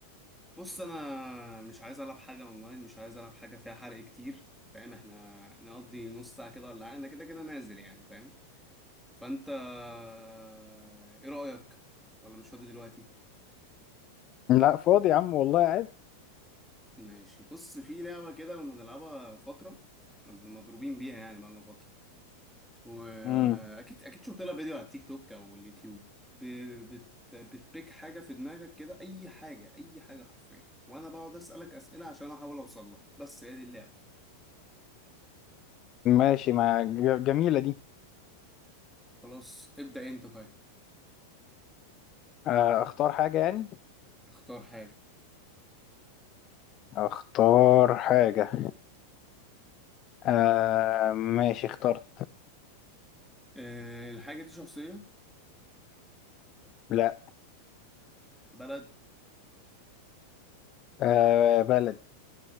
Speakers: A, in the centre; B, on the left.
A: بص انا مش عايز العب حاجه اونلاين مش عايز العب حاجه فيها حرق كتير فاهم احنا نقضي نص ساعه كده ولا حاجه انا كده كده نازل يعني فاهم فانت آه، ايه رايك ولا مش فاضي دلوقتي
B: لا فاضي يا عم والله عادي
A: ماشي بص في لعبه كده كنا بنلعبها فتره كنا مضروبين بيها يعني بقالنا فتره واكيد
B: امم
A: اكيد شفت لها فيديو على التيك توك او اليوتيوب ب... بت... بتبيك حاجه في دماغك كده اي حاجه اي حاجه حرفيا وانا بقعد اسالك اسئله عشان احاول اوصل لها بس هي دي اللعبه
B: ماشي ما ج- جميلة دي
A: خلاص ابدا انت طيب
B: آه، اختار حاجة يعني
A: اختار حاجه
B: اختار حاجة آه ماشي اخترت
A: أه الحاجه دي شخصيه
B: لا
A: بلد
B: آه بلد